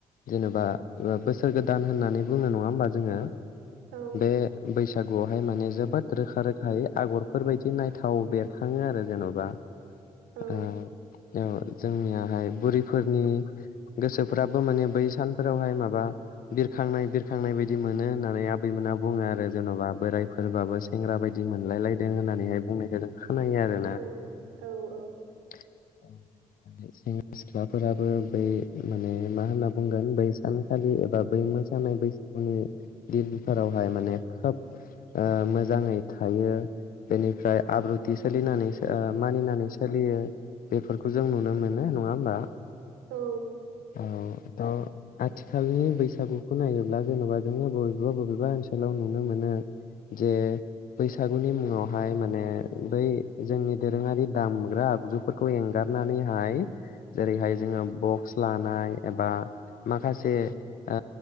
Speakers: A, on the left (about 55°); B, on the right (about 80°).
A: जेनेबा ओ बोसोर गोदान होननानै बुंनो नङा होमबा जोङो?
B: औ
A: बे बैसाग गुआवहाय माने जोबोद रोखा रोखायै आगरफोर बायदि नायथाव बेरखाङो आरो जेन'बा।
B: औ
A: ओ औ जोंनियाहाय बुरिफोरनि गोसोफ्राबो माने बै सानफोरावहाय माबा बिरखांनाय बिरखांनाय बायदि मोनो होननानै आबैमोना बुङो आरो जेन'बा बोरायफोरबाबो सेंग्रा बायदि मोनलायलायदों होननानैहाय बुंनायखाय जों खोनायो आरो।
B: औ औ औ।
A: <inaudible> सेंग्रा सिख्लाफोराबो बै माने मा होनना बुंगोन बै सानखालि एबा बै मोसानाय बैसागुनि <unintelligible> फोरारावहाय माने खोब मोजाङै थायो। बेनिफ्राय आब्रुथि सोलिनानै ओ-मानिनानै सोलियो। बेफोरखौ जों नुनो मोनो, नङा होमबा।
B: औ।
A: औ थ' आथिखालनि बैसागुखौ नायोब्ला जेन'बा जोङो बबेबा बबेबा ओनसोलाव नुनो मोनो जे बैसागुनि मुंङावहाय माने बै जोंनि दोरोङारि दामग्रा आगजुफोर खौ एंगारनानैहाय जेरैहाय जोङो बक्स लानाय एबा माखासे ओ